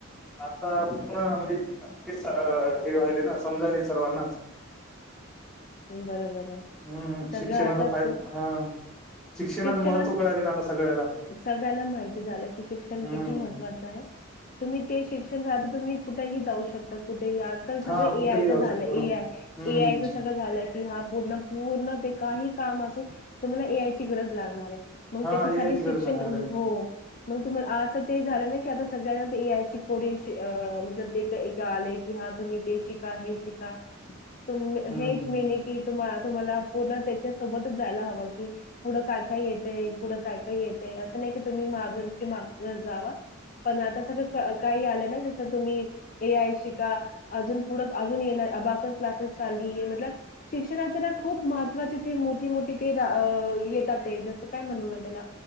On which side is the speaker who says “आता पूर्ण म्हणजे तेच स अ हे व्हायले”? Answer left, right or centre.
Centre